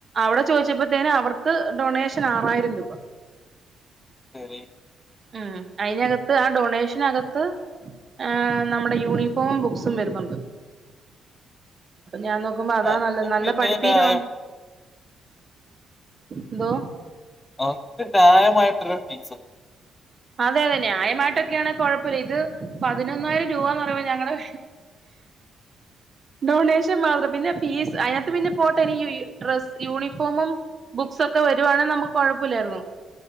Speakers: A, on the right; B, on the left.
A: അവിടെ. ചോദിച്ചപ്പോത്തിനെ അവർക്ക് ഡൊണേഷൻ ആറായിരം രൂപ.
B: <unintelligible>
A: ഉം അതിനകത്ത് ആ ഡൊണേഷനകത്ത് ആഹ് നമ്മുടെ യൂണിഫോമും ബുക്സും വരുന്നുണ്ട്. ഞാൻ നോക്കുമ്പോ അതാ
B: ആ അത്
A: നല്ലത്, നല്ല
B: പിന്നെ
A: പഠിപ്പീരുവാ.
B: ന്യായം
A: എന്തോ
B: ഫസ്റ്റ് ന്യായമായിട്ട് ഒരു ഫീസ്.
A: അതെ അതെ ന്യായമായിട്ട് ഒക്കെയാണ് കുഴപ്പമില്ല, ഇത് പതിനൊന്നായിരം രൂപന്ന് പറയുമ്പോ ഞങ്ങടെ. ഡൊണേഷൻ മാത്രം പിന്നെ ഫീസ് അതിനകത്ത് പിന്നെ പോട്ടെ ഈ ഡ്രസ്സ് യൂണിഫോമും ബുക്സൊക്കെ വരുവാണെ നമുക്ക് കൊഴപ്പില്ലാരുന്നു.